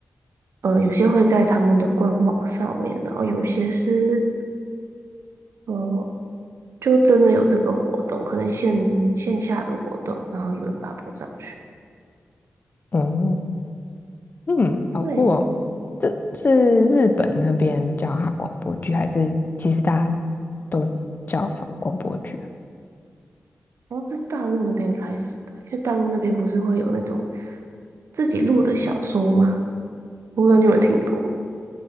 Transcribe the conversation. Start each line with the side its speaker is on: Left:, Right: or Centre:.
Right: 呃，有些会在他们的官网上面，然后有些是，呃，就真的有这个活动，可能线线下的活动，然后有人把它播上去。
Left: 嗯嗯，好酷哦！
Right: 对，
Left: 这是日本那边叫它广播剧，还是其实大家都叫广广播剧啊？
Right: 好像是大陆那边开始的，因为大陆那边不是会有那种自己录的小说吗？我不知道你有没有听过，